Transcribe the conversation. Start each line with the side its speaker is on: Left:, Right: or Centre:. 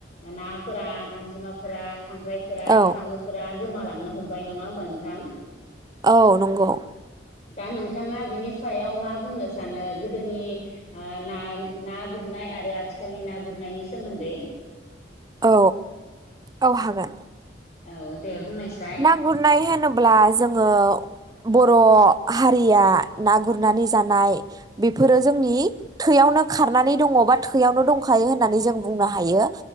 Left: नाफोरा गांजेमाफोरा खांख्रायफोरा
Right: औ
Left: साम'फोरा गोमालांनो हमबाय नङा होमबा नोंथां?
Right: औ नंगौ ।
Left: दा नोंथाङा बेनि सायाव मा बुंनो सानो गोदोनि ओ ना ना गुरनाय आरो आथिखालनि ना गुरनायनि सोमोन्दै ।
Right: औ औ हागोन।
Left: औ दे बुंनायसाय
Right: ना गुरनाय होनोब्ला जोङो बर' हारिया ना गुरनानै जानाय बेफोरो जोंनि थैयावनो खारनानै दङ बा थैयावनो दंखायो होननानै जों बुंनो हायो।